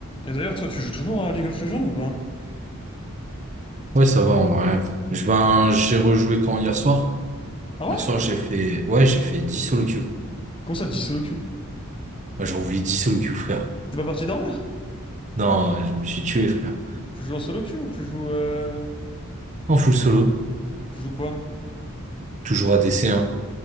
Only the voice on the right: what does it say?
Ouais, ça va en vrai. Je ben, j'ai rejoué quand hier soir?
Hier soir, j'ai fait, ouais, j'ai fait 10 solo queue.
Ouais, J'ai envoyé 10 solo queue, frère.
Non, je me suis tué, frère.
En full solo.
Toujours ADC, hein.